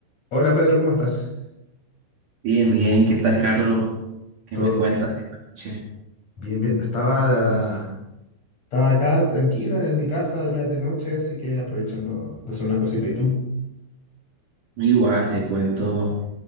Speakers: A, on the left (about 35°); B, on the right (about 45°).
A: Hola Pedro, ¿cómo estás?
B: Bien, bien, ¿qué tal, Carlos? ¿Qué
A: Todo
B: me cuentas
A: bien,
B: esta noche?
A: bien, bien. Estaba la- Estaba acá tranquila en mi casa ya de noche, así que aprovechando de hacer unas cositas. ¿Y tú?
B: Igual te cuento,